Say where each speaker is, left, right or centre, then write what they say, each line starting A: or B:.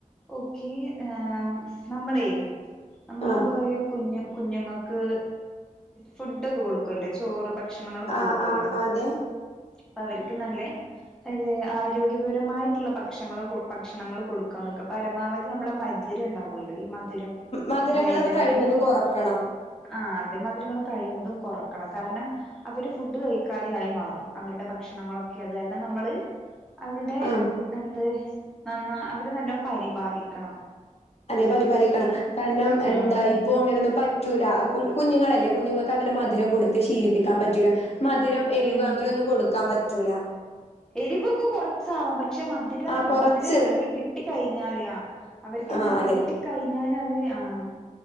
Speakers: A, in the centre; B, on the left.
A: ഓക്കെആ നമ്മളേ നമ്മള്പ്പോരേ
B: ആഹ്
A: കുഞ്ഞ് കുഞ്ഞുങ്ങക്ക് ഫുഡൊക്കെ കൊടുക്കുവല്ലേ ചോറ് ഭക്ഷണങ്ങളൊക്കെ
B: ആഹ്
A: കൊടുക്കുവല്ലോ.
B: ആഹ് അതെ
A: അപ്പ അവരിക്ക് നല്ലേ അ ആരോഗ്യപരമായിട്ടുള്ള ഭക് ഞങ്ങള് കൊ പക്ഷണങ്ങള് കൊടുക്വാൻ നിക്വാ പരമാവധി നമ്മടെമ ധുരംണ്ടാവല്ലോ ഈ മധുരം
B: മധുരങ്ങളൊക്കെ
A: അതായത്
B: കഴിയുന്നതും
A: ഉം
B: കൊറക്കണം
A: ആഹ് അതേമധുരങ്ങള് കഴിയ്ന്നതും കൊറക്കണം കാരണം അവര് ഫുഡ് കയ്ക്കാതെയായ് മാറും അവര്ടെ ഭക്ഷണങ്ങളൊക്കെ അത്കാര്ണ് ങ്ങനെ നമ്മള് അവര്ടെ
B: ആഹ്
A: എന്ത് നന്നാ അവരെ നല്ലോം പരിപാല്ക്കണം
B: അതെ പര്പാലിക്കണം കാര്ണം
A: ആ
B: എന്തായ് പ്പോം അങ്ങനൊന്നും പറ്റൂല കുൽ കുഞ്ഞുങ്ങളല്ലേ കുഞ്ഞുങ്ങൾക്കങ്ങനെ മധുരം കൊടുത്ത് ശീലിപ്പ്ക്കാൻ പറ്റൂല മധിരം എരിവ്
A: ഉം
B: അങ്ങനെയൊന്നും കൊട്ക്കാൻ പറ്റൂല
A: എരിവൊക്കെ കൊറ ച്ചാവാം പക്ഷെ മധിരാണ്
B: ആഹ് കൊറച്ച്
A: മധുരം അവര്ക്ക് കിട്ടി കയ്ഞ്ഞാല് ആഹ് അവര്‌ക്കെന്ത്
B: ആഹ് അതെ
A: കിട്ടി കയ്ഞ്ഞാല് അവര് ആഹ്